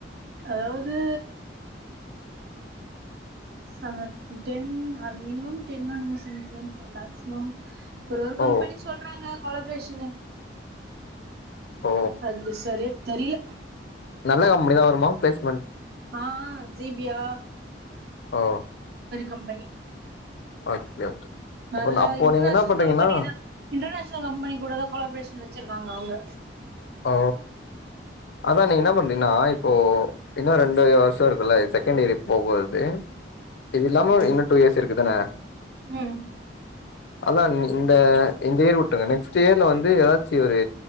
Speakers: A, on the right; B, on the left.
A: அதாவ து அங்க டென் அது மினிமம் டென்னோ என்னமோ சொன்னுச்சி தெர்ல மேக்சிமம் ஒரு ஒரு
B: ஓ
A: கம்பெனி சொல்றாங்க கொலப்ரேஷன் ன்னு
B: ஓ
A: அது சரியா தெரில
B: நல்ல கம்பெனி தா வருமா ப்ளேஸ்
A: ஆஹ் ஜீப்பியா
B: ஓ
A: கம்பனி
B: ஓகே ஓகே
A: நல்ல
B: அப்ப அப்போ
A: இன்டர்நேஷனல்
B: நீங்க என்ன பண்றீங்கன்னா
A: கம்பெனிதா இன்டர்நேஷனல் கம்பெனி கூடதா கொலாப்ரேஷன் வச்சிருக்காங்க அவங்க
B: ஓ அதா நீங்க என்ன பண்றீன்னா இப்போ இன்னு ரெண்டு வருஷ இருக்குல்ல செகண்ட் இயரு இப்போ போறது இது இல்லாம
A: ம்
B: இன்னு டூ இயர்ஸ் இருக்குதான
A: ம்
B: அதா இந்த இந்த இயர் வுட்டுருங்க நெக்ஸ்ட் இயர்ல வந்து ஏதாச்சி ஒரு